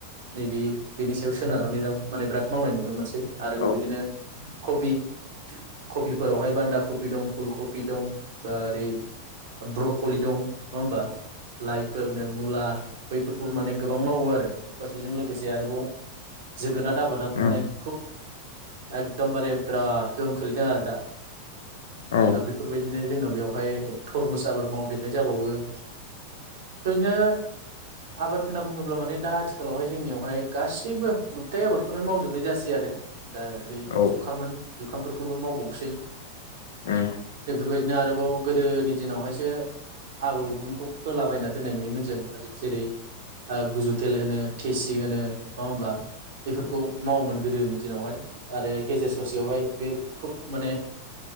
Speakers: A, on the right; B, on the left.
A: नैबे बिनि सायाव सोनारनानै दा माने बिराद मावनाय नुनो मोनसै । आरोबाव
B: औ
A: बिदिनो कबि कबिफोरावहाय बान्दा कबि दं फुलकबि दं बा ओ ओरै ब्रक'लि दं नङा होमबा लाइट फोरनो मुला बै माने गो गोबां मावो आरो प्लास बेजों लोगोसे आरोबाव जो गोनाद आबादाबो
B: उम
A: माने खुब एकदमबारे बिराद गोहोम खोलैदों आरो दा
B: औ उम
A: दा बेफोरबायदिनो जोंनाव बेवहाय थरमुसाबाद मावदेरनाय जाबावो । दा बिदिनो आबाद होनना बुङोब्ला माने दा आथिखालावहाय जोंनियावहाय गासैबो गुथथाय आबादखौनो मावजोबनाय जासि आरो दा ओरै
B: औ उम औ
A: जुखाम होन जुखामफोरखौबो मावबावसै
B: उम
A: बेफोर बादि बिदिनो आरोबाव गोदोनि दिनावहायसो आबौमोनखौ फोलाबायना दोननाय नुयोमोन जों ओै जेरै गुजुथेल होनो थेसि होनो । नंङा होनब्ला बेफोरखौ मावोमोन गोदोनि दिनावहाय आरो गेजेर ससेयावहाय बे खुब माने